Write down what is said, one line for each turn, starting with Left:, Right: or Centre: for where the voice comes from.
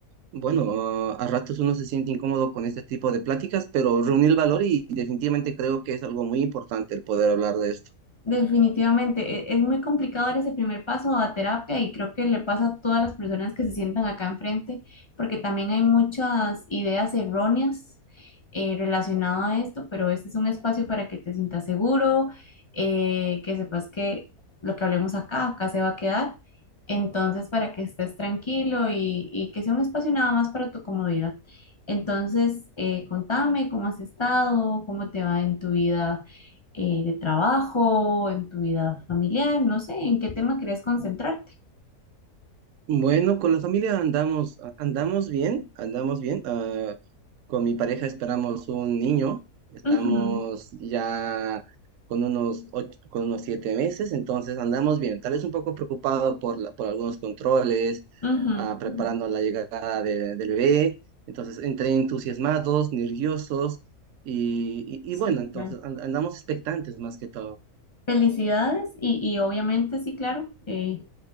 Right: bueno, ah, a ratos uno se siente incómodo con este tipo de pláticas, pero reuní el valor y definitivamente creo que es algo muy importante el poder hablar de esto.
Left: Definitivamente, e- es muy complicado dar ese primer paso a terapia y creo que le pasa a todas las personas que se sientan acá enfrente, porque también hay muchas ideas erróneas eh, relacionadas a esto, pero este es un espacio para que te sientas seguro, eh, que sepas que lo que hablemos acá, acá se va a quedar, entonces para que estés tranquilo y, y que sea un espacio nada más para tu comodidad. Entonces, eh, contame cómo has estado, cómo te va en tu vida eh, de trabajo, en tu vida familiar, no sé, en qué tema querés concentrarte.
Right: Bueno, con la familia andamos, a- andamos bien, andamos bien. ah, Con mi pareja esperamos un niño, estamos
Left: Ujú,
Right: ya con unos ocho- con unos siete meses, entonces andamos bien. Tal vez un poco preocupado por la- por algunos controles,
Left: ujú,
Right: ah, preparando
Left: ujú.
Right: la llegada de- del bebé. Entonces, entre entusiasmados, nerviosos y, y-
Left: Sí,
Right: y bueno, entonces
Left: claro.
Right: and- andamos expectantes más que todo.
Left: Felicidades y, y obviamente sí, claro, eh,